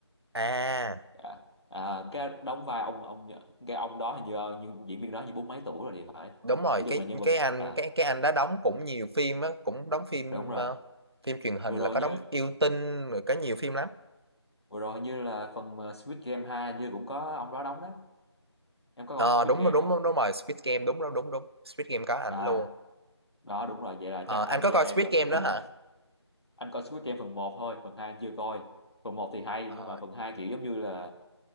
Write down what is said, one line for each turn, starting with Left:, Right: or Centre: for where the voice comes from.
Right: à
Left: à, à, cái đóng vai ông ông cái ông đó hình như ờ, như diễn viên đó như bốn mấy tuổi rồi thì phải
Right: đúng rồi
Left: nói chung
Right: cái
Left: là nhân vật
Right: cái anh
Left: à
Right: cái cái anh đã đóng cũng nhiều phim á cũng đóng phim
Left: đúng rồi
Right: ờ, phim truyền hình
Left: vừa
Right: là
Left: rồi
Right: có
Left: như
Right: đóng yêu tinh rồi có nhiều phim lắm
Left: vừa rồi như là phần ờ, Squid Game 2 như cũng có ông đó đóng đó Em có
Right: ờ
Left: coi Squid
Right: đúng
Left: Game
Right: đúng
Left: không?
Right: đúng đúng rồi Squid Game đúng đúng đúng đúng Squid Game có ảnh
Left: À,
Right: luôn
Left: đó đúng rồi, vậy là
Right: Ờ,
Left: chắc anh
Right: anh có
Left: với
Right: coi
Left: em
Right: Squid
Left: là
Right: Game
Left: cũng
Right: đó hả
Left: <laughs> anh coi Squid Game phần một thôi, phần 2 anh chưa coi. Phần một thì hay
Right: Ờ,
Left: nhưng mà phần 2 kiểu giống như là